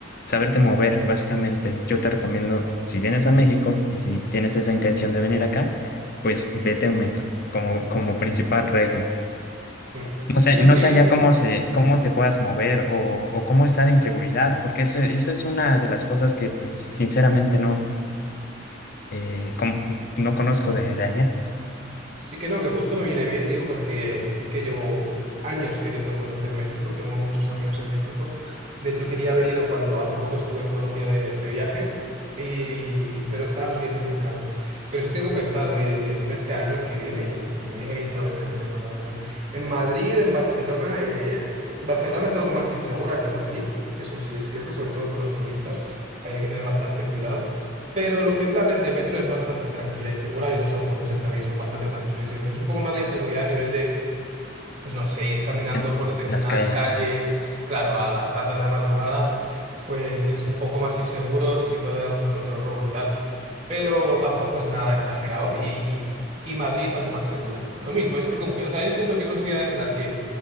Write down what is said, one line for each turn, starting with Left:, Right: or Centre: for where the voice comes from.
Left: saberte mover, básicamente. Yo te recomiendo, si vienes a México y si tienes esa intención de venir acá, pues vete a un metro como, como principal regla.
Right: mm.
Left: No sé,
Right: No,
Left: no
Right: sí.
Left: sé allá cómo se, cómo te puedas mover o, o cómo está de inseguridad, porque eso, eso es una de las cosas que, pues, sinceramente no, eh, como- no conozco de de allá.
Right: Sí que no, que justo me viene bien, digo, porque sí que llevo años queriendo conocer México, tengo muchos amigos en México. De hecho, quería haber ido cuando hace poco estuve en Colombia de, de viaje, y, pero estaban los billetes muy caros. Pero sí tengo pensado ir, eh, si no este año, el que viene, y, y me viene bien saber del tema, la verdad. En Madrid, en Barcelona, eh, Barcelona es algo más insegura que Madrid, eso sí es cierto, sobre todo con los turistas, <laughs> hay que tener bastante cuidado. Pero lo que es la red de metro es bastante tranquila y segura y los autobuses también son bastante tranquilos y seguros. es Un poco más la inseguridad a nivel de, pues no sé, ir caminando
Left: en
Right: por determinadas
Left: las calles.
Right: calles, claro, a las tantas de la madrugada, pues es un poco más inseguro, sí que puede haber algún que otro robo y tal, pero tampoco es nada exagerado y, y Madrid es algo más segura. Lo mismo, es ir con cuidado. O sea, yo siento que son ciudades en las que